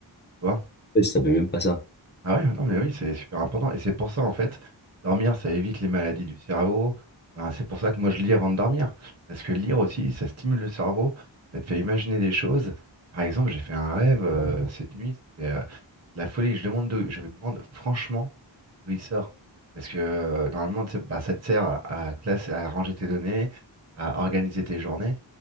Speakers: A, on the right; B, on the left.
A: tu vois?
B: Et je savais même pas ça.
A: Ah ouais, non, mais oui, c'est super important. Et c'est pour ça, en fait, dormir, ça évite les maladies du cerveau. Enfin, c'est pour ça que moi, je lis avant de dormir. Parce que lire aussi, ça stimule le cerveau. Ça te fait imaginer des choses. Par exemple, j'ai fait un rêve euh, cette nuit. C'était euh, de la folie. Je demande de- je me demande, franchement, d'où il sort. Parce que euh, normalement, tu sais, bah, ça te sert à, à classe- à ranger tes données, à organiser tes journées.